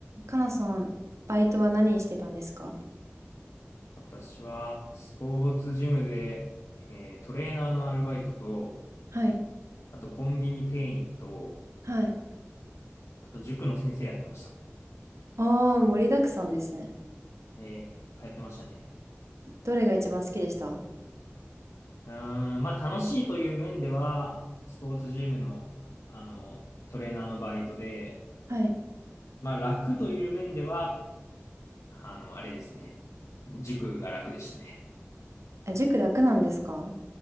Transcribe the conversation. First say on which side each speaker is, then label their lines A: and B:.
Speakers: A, on the right; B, on the left.
A: かなさん、バイトは何してたんですか
B: 私は、スポーツジムで、えートレーナーのアルバイトと、
A: はい。
B: あとコンビニ店員と、
A: はい。
B: あと塾の先生やってました。
A: ああ、盛りだくさんですね。
B: えーいっぱいやってましたね。
A: どれが一番好きでした
B: うーん、まあ楽しいという面では、スポーツジムの、あの、トレーナーのバイトで、
A: はい。
B: まあ楽という面では、あの、あれですね。塾が楽でしたね。
A: あ、塾楽なんですか